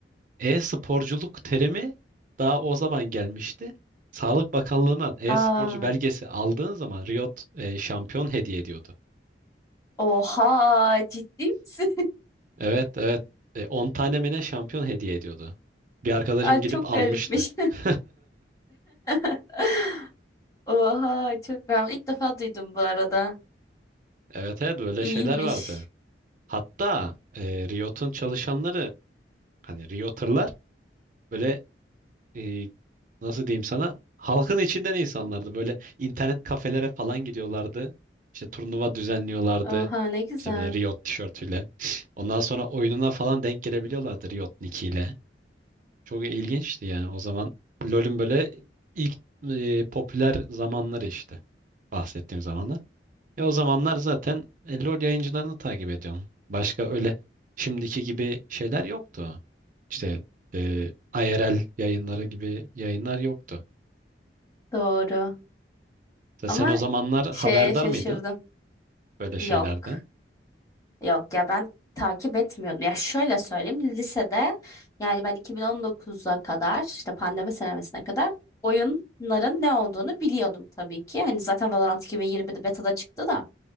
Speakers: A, on the right; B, on the left.
A: E-sporculuk terimi daha o zaman gelmişti. Sağlık Bakanlığı'ndan e-sporcu
B: Aa,
A: belgesi aldığın zaman Riot e, şampiyon hediye ediyordu.
B: oha ciddi misin?
A: Evet evet. E, 10 tane mi ne şampiyon hediye ediyordu. Bir
B: <laughs>
A: arkadaşım
B: Ay
A: gidip
B: çok
A: almıştı.
B: garipmiş.
A: <laughs>
B: <laughs> Oha çok ben ilk defa duydum bu arada.
A: Evet evet böyle
B: İyiymiş.
A: şeyler vardı. Hatta e, Riot'un çalışanları Hani Realtor'lar böyle e, nasıl diyeyim sana halkın içinden insanlardı. Böyle internet kafelere falan gidiyorlardı. İşte turnuva düzenliyorlardı.
B: Oha ne güzel.
A: İşte böyle Riot tişörtüyle. Ondan sonra oyununa falan denk gelebiliyorlardı Riot nickiyle. Çok ilginçti yani o zaman. LoL'ün böyle ilk e, popüler zamanları işte. Bahsettiğim zamanlar. Ya o zamanlar zaten e, LoL yayıncılarını takip ediyorum. Başka öyle şimdiki gibi şeyler yoktu. İşte e, IRL yayınları gibi yayınlar yoktu.
B: Doğru.
A: Sen
B: Ama
A: sen o zamanlar haberdar
B: şeye şaşırdım.
A: mıydın böyle şeylerden?
B: Yok. Yok ya ben takip etmiyordum. Ya şöyle söyleyeyim lisede yani ben 2019'a kadar işte pandemi senemesine kadar oyunların ne olduğunu biliyordum tabii ki. Hani zaten Valorant 2020'de beta'da çıktı da.